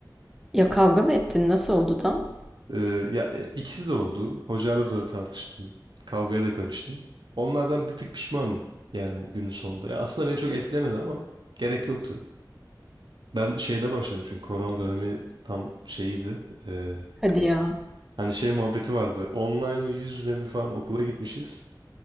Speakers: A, in the centre; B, on the right (about 75°).
A: Ya kavga mı ettin? Nasıl oldu tam?
B: Ee, ya e, ikisi de oldu. Hocayla da tartıştım. Kavgaya da karıştım. Onlardan bir tık pişmanım yani günün sonunda. Ya aslında beni çok etkilemedi ama gerek yoktu. Ben şeyde başladım çünkü korona dönemi tam şeyiydi. Ee,
A: Hadi ya.
B: hani şey muhabbeti vardı. Online mi yüz yüze mi falan okula gitmişiz.